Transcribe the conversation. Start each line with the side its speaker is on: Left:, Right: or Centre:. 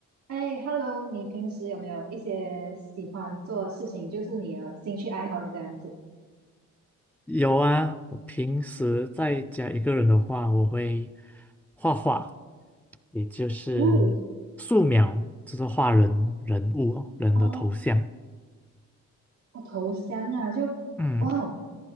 Right: 哎，Hello，你平时有没有一些喜欢做的事情，就是你的兴趣爱好这样子？
Centre: 有啊，我平时在家一个人的话，我会画画，也就是素描，
Right: 哦，
Centre: 就是画人人物哦，人的头像。
Right: 哦，我头降啊，就哇哦，
Centre: 嗯，